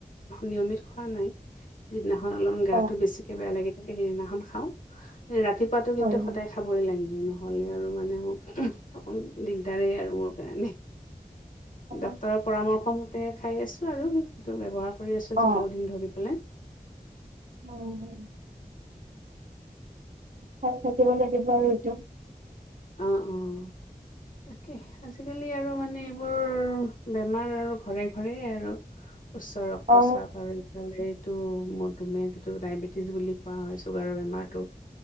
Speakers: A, on the left; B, on the right.
A: নিয়মিত খোৱা নাই। যিদিনাখন অলপমান গাটো
B: অ
A: বেছিকে বেয়া লাগি থাকে সেইদিনাখন খাওঁ, ৰাতিপুৱাতো কিন্তু
B: হয় হয়
A: সদায় খা - খাবই লাগিল নহলে আৰু মানে মোক অকন দিগদাৰেই আৰু মোৰ কাৰণে।
B: অ
A: ডক্তৰৰ পৰামৰ্শ মতে খাই আছো আৰু। এইটো ব্যৱহাৰ কৰি আছ
B: অ
A: যে বহুত দিন ধৰি পেলাই -
B: হয় হয়। খাই থাকিব লাগিব আৰু এইটো।
A: অ' অ' তাকে। আজিকালি আৰু মানে এইবোৰ বেমাৰ আৰু ঘৰে ঘৰেই আৰু। উচ্চ ৰক্তচাপ
B: অ
A: আৰু - এইটো মধুমেহটো ডাইবেটিছ বুলি কোৱা হয় চুগাৰৰ বেমাৰটো।